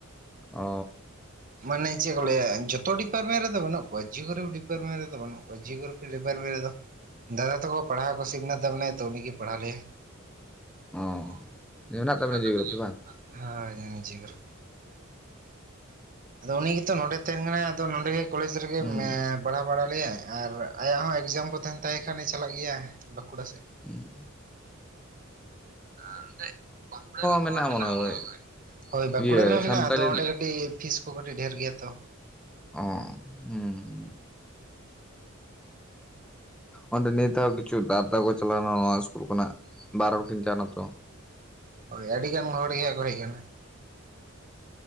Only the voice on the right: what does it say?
ᱢᱟᱱᱮ ᱪᱮᱜ ᱠᱚ ᱞᱟᱹᱭᱟ ᱡᱷᱚᱛᱚ ᱰᱤᱯᱟᱨᱢᱮᱱ ᱨᱮᱫᱚ ᱵᱟᱹᱱᱩᱜ ᱠᱚᱣᱟ ᱡᱤᱭᱳᱜᱨᱟᱯᱷᱤ ᱰᱤᱯᱟᱨᱢᱮᱱ ᱨᱮᱫᱚ ᱵᱟᱹᱱᱩᱜ ᱠᱚᱣᱟ, ᱡᱤᱭᱳᱜᱨᱟᱯᱷᱤ ᱰᱤᱯᱟᱨᱴᱢᱮᱱ ᱨᱮᱫᱚ ᱫᱟᱫᱟ ᱛᱟᱠᱚ ᱯᱟᱲᱦᱟᱣ ᱠᱚ ᱥᱤᱵᱱᱟᱛ ᱫᱟ ᱢᱮᱱᱟᱭᱟ ᱛᱚ ᱩᱱᱤ ᱜᱮ ᱯᱟᱲᱦᱟᱣ ᱞᱮᱭᱟ ᱾
ᱚᱸ
ᱥᱤᱵᱱᱟᱛ
ᱫᱟ ᱩᱱᱤ ᱡᱤᱳ ᱵᱟᱝ, ᱦᱮᱸ ᱳᱭ ᱡᱤᱳᱜᱨᱟ ᱟᱫᱚ ᱩᱱᱤ ᱜᱮᱛᱚ ᱱᱚᱰᱮ ᱛᱮᱦᱮᱱ ᱠᱟᱱᱟᱭ, ᱟᱫᱚ ᱱᱚᱰᱮ ᱜᱮ ᱠᱚᱞᱮᱡᱽ ᱨᱮᱜᱮ
ᱯᱟᱲᱦᱟᱣ ᱵᱟᱲᱟ ᱞᱮᱭᱟᱭ ᱟᱨ ᱟᱭᱟᱜ ᱦᱚᱸ ᱮᱠᱡᱟᱢ ᱠᱚ ᱛᱟᱦᱮᱱ ᱛᱟᱭ ᱠᱷᱟᱱᱮ ᱪᱟᱞᱟᱜ ᱜᱮᱭᱟ ᱵᱟᱸᱠᱩᱲᱟ ᱥᱮᱫ
ᱦᱟᱸᱰᱮ ᱵᱟᱸᱠᱩᱲᱟ ᱨᱮᱦᱚᱸ
ᱢᱮᱱᱟᱜ-ᱟ
ᱢᱚᱱᱮᱦᱚᱭ
ᱦᱳᱭ ᱵᱟᱸᱠᱩᱲᱟ
ᱨᱮᱦᱚᱸ
ᱢᱮᱱᱟᱜᱼᱟ ᱟᱫᱚ ᱚᱸᱰᱮ ᱠᱟᱹᱴᱤᱡ ᱯᱷᱤᱥ ᱠᱚ ᱠᱟᱹᱴᱤᱡ ᱰᱷᱮᱨ ᱜᱮᱭᱟ ᱛᱚ
ᱦᱳᱭ ᱟᱹᱰᱤ ᱜᱟᱱ ᱦᱚᱲ ᱜᱮᱦᱟᱸᱜ ᱠᱚ ᱦᱮᱡ ᱠᱟᱱᱟ